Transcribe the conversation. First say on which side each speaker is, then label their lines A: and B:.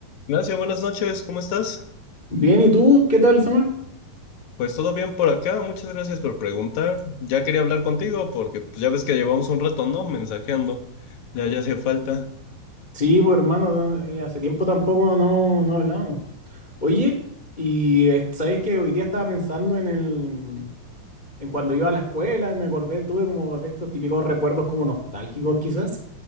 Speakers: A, on the left (about 60°); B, on the left (about 15°).
A: Ignacio, buenas noches, ¿cómo estás?
B: Bien, ¿y tú? ¿Qué tal, Samuel?
A: Pues todo bien por acá, muchas gracias por preguntar. Ya quería hablar contigo porque pues, ya ves que llevamos un rato, ¿no? Mensajeando. Ya, ya hacía falta.
B: Sí, pues hermano, no, eh, hace tiempo tampoco no, no hablábamos. Oye, y eh, sabes que hoy día estaba pensando en el, en cuando iba a la escuela, me acordé, tuve como de estos típicos recuerdos como nostálgicos quizás,